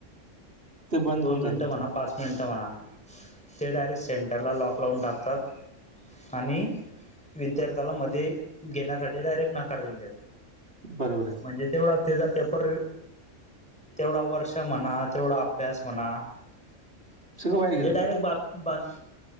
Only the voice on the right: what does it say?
ते बंद
होऊन जाते
ते
बरोबर आहे
सगळं वाया गेलं ना